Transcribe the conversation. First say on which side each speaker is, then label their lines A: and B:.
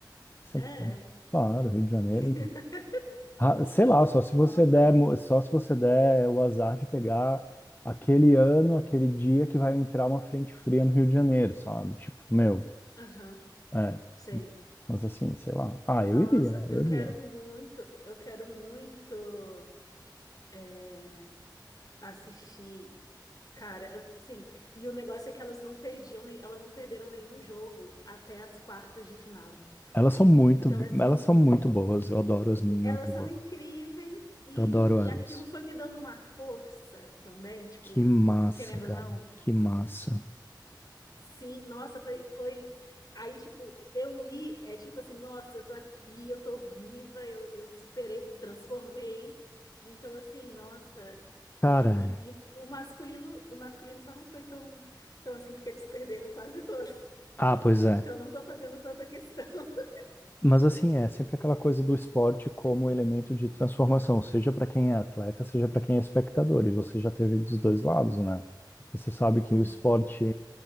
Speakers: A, on the left; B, on the left.
A: Sempre
B: É.
A: quente. Claro, Rio de Janeiro.
B: <laughs>
A: Ah, Sei lá, só se você
B: Nossa,
A: der, mo- só se você der o azar de pegar aquele ano, aquele dia que vai entrar uma frente fria no Rio de Janeiro, sabe? Tipo, meu,
B: aham,
A: é.
B: sei.
A: Mas assim, sei lá. Ah,
B: Nossa,
A: eu iria,
B: eu
A: eu
B: quero
A: iria.
B: muito, eu quero muito é, assistir, cara, assim, e o negócio é que elas não perdiam, nem, elas não perderam nenhum jogo até as quartas de final.
A: Elas são muito,
B: Então, assim,
A: elas são muito boas. Eu adoro as meninas
B: Elas
A: do
B: são
A: vôlei.
B: incríveis e,
A: Eu adoro
B: e
A: elas.
B: aquilo foi me dando uma força também, tipo,
A: Que massa,
B: querendo
A: cara.
B: ou não.
A: Que massa.
B: Sim, nossa, foi, foi. Aí, tipo, eu ir, é tipo assim, nossa, eu tô aqui, eu tô viva, eu, eu superei, transformei. E Então, assim, nossa.
A: Cara,
B: eh, E, e o masculino, o masculino só não foi tão, tão assim, porque eles perderam quase todos. <laughs>
A: ah, pois é.
B: Então, eu não tô fazendo tanta questão. <laughs>
A: Mas assim, é sempre aquela coisa do esporte como elemento de transformação, seja para quem é atleta, seja para quem é espectador, e você já teve dos dois lados, né? Você sabe que
B: Sim.
A: o esporte,